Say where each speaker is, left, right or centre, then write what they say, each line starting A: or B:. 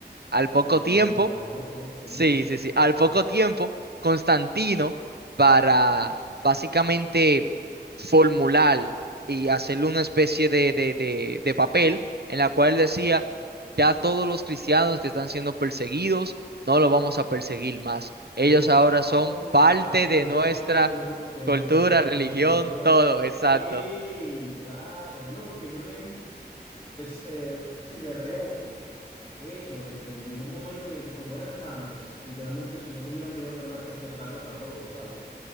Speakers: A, on the right; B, on the left.
A: Al poco
B: El
A: tiempo,
B: emperador, ok, el
A: sí,
B: emperador.
A: sí, sí, al poco tiempo, Constantino, para básicamente formular y hacerle una especie de, de, de, de papel en la cual decía, ya todos los cristianos que están siendo perseguidos, no los vamos a perseguir más. Ellos
B: Oh,
A: ahora son parte
B: ca- ahora
A: de
B: son
A: nuestra
B: parte de, nue- de
A: cultura,
B: nuestra, de
A: religión,
B: nuestra cultura.
A: todo,
B: De, ok,
A: exacto.
B: claro. No, porque yo leí reci- eh, así de reojo eso de que llegó un momento en el que como eran tantos, literalmente no tuvieron de otra más que aceptarlos a todos, ¿sabes?